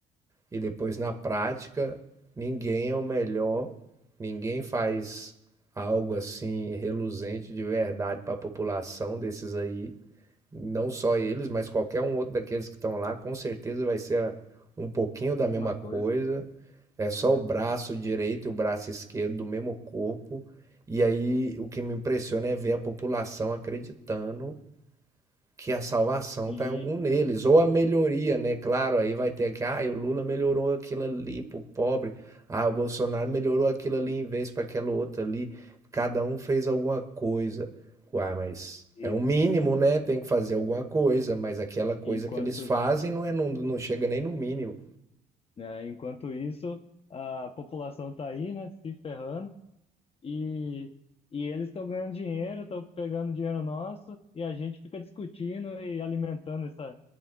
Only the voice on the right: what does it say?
e depois na prática ninguém é o melhor, ninguém faz algo assim reluzente de verdade para a população desses aí. Não só eles, mas qualquer um outro daqueles que estão lá, com certeza vai ser a- um pouquinho da
mesma
coisa. É só
o braço direito e o braço esquerdo do mesmo corpo. E aí o que me impressiona é ver a população acreditando que a salvação
está em algum neles,
ou a melhoria, né? Claro, aí vai ter que, ah, o Lula melhorou aquilo ali pro pobre, ah, o Bolsonaro melhorou aquilo ali em vez para aquela outra ali, cada um fez alguma coisa. Uai, mas
é o mínimo, né? Tem que fazer alguma coisa, mas aquela coisa
que eles fazem não, é, não, não chega nem no mínimo.